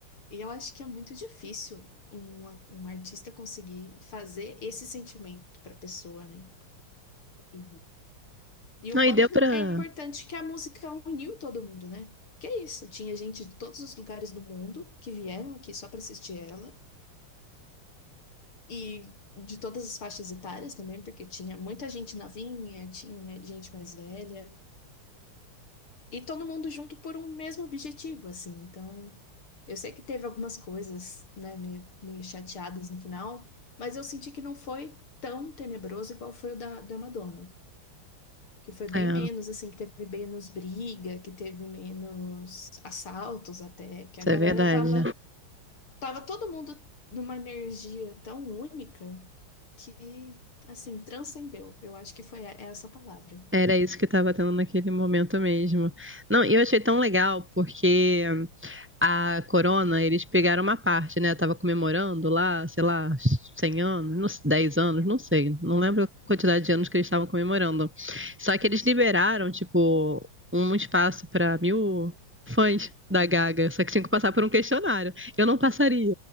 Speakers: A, on the left; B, in the centre.
A: E eu acho que é muito difícil um, um artista conseguir fazer esse sentimento pra pessoa, né? E E o
B: Não,
A: quanto
B: e deu pra.
A: é importante que a música uniu todo mundo, né? Que é isso, tinha gente de todos os lugares do mundo que vieram aqui só para assistir ela e de todas as faixas etárias também, porque tinha muita gente novinha, tinha né, gente mais velha e todo mundo junto por um mesmo objetivo, assim. Então, eu sei que teve algumas coisas, né, meio, meio chateadas no final, mas eu senti que não foi tão tenebroso igual foi o da, da Madonna. que foi bem
B: É,
A: menos, assim, que teve menos briga, que teve menos assaltos até, que
B: isso
A: a galera
B: é verdade.
A: tava, tava todo mundo numa energia tão única que, assim, transcendeu. Eu acho que foi e- essa a palavra.
B: Era isso que tava tendo naquele momento mesmo. Não, e eu achei tão legal, porque a Corona, eles pegaram uma parte, né? Tava comemorando lá, sei lá, 100 anos, 10 anos, não sei, não lembro a quantidade de anos que eles estavam comemorando. Só que eles liberaram, tipo, um espaço para mil fãs da Gaga, só que tinha que passar por um questionário. Eu não passaria.